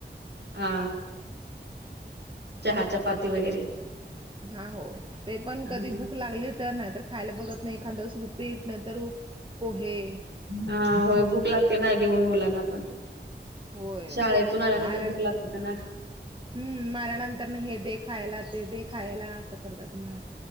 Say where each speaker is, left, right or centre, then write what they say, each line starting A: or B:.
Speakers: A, on the right; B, on the right.
A: हा चहा चपाती वगैरे
B: हा हो ते पण
A: हा
B: कधी भुक लागली तर नाहीत. खायला बघत नाही एखाद्यावस उुपीट नाही तरर पोहे.
A: हा हो भूक लागते ना देऊन मुलांना पण
B: होय
A: शाळेतून आल्यानंतर
B: माला
A: भूक लागते त्यांना
B: हम्म मऱ्यानंतर ना हे दे खायला ते दे खायला असं करतात म